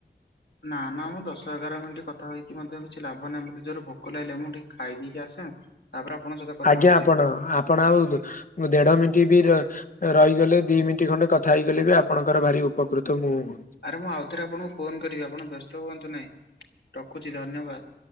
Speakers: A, on the left; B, on the left.
A: ନା ନା ମୁଁ ଦଶ ଏଗାର ମିନିଟ୍ କଥା ହେଇକି ମଧ୍ୟ କିଛି ଲାଭ ନାହିଁ। ମୋତେ ଜୋର ଭୋକ ଲାଗିଲେ ମୁଁ ଟିକେ ଖାଇଦେଇକି ଆସେ। ତାପରେ ଆପଣଙ୍କ ସହିତ କଥା
B: ଆଜ୍ଞା
A: ହଉଛି
B: ଆପଣ ଆପଣ ଆଉ ଦେଢ ମିନିଟ୍ ବି ରହିଗଲେ ଦି ମିନିଟ୍ ଖଣ୍ଡେ କଥା ହେଇଗଲେ ବି ଆପଣଙ୍କର ଭାରି ଉପକୃତ ମୁଁ ହୁଅନ୍ତି।
A: ଆରେ ମୁଁ ଆଉଥରେ ଆପଣଙ୍କୁ ଫୋନ୍ କରିବି ଆପଣ ବ୍ୟସ୍ତ ହୁଅନ୍ତୁ ନାହିଁ ରଖୁଛି ଧନ୍ୟବାଦ।